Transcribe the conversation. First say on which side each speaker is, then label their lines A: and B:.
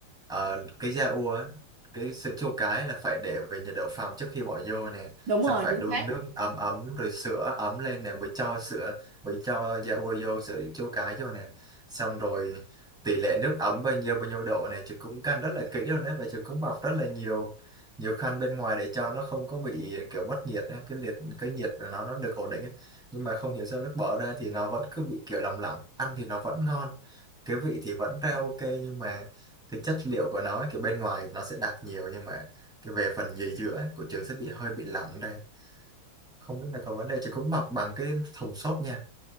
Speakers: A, in the centre; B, on the right.
A: ờ, cái da ua á, cái sữa chua cái là phải để về nhiệt độ phòng trước khi bỏ vô nè
B: đúng
A: xong
B: rồi
A: phải
B: chính
A: đun
B: xác
A: nước ấm ấm rồi sữa ấm lên nè mới cho sữa mới cho da ua vô sữa chua cái vô nè xong rồi tỷ lệ nước ấm bao nhiêu bao nhiêu độ này Trường cũng căn rất là kỹ luôn đấy và Trường cũng bọc rất là nhiều nhiều khăn bên ngoài để cho nó không có bị kiểu mất nhiệt á, cái liệt cái nhiệt của nó nó được ổn định á nhưng mà không hiểu sao lúc bỏ ra thì nó vẫn cứ bị kiểu lòng lỏng ăn thì nó vẫn ngon cái vị thì vẫn ra ok nhưng mà cái chất liệu của nó ấy, kiểu bên ngoài nó sẽ đặc nhiều nhưng mà cái về phần nhì giữa ấy, của trường sẽ bị hơi bị lỏng đây không biết là có vấn đề trường cũng bọc bằng cái thùng xốp nha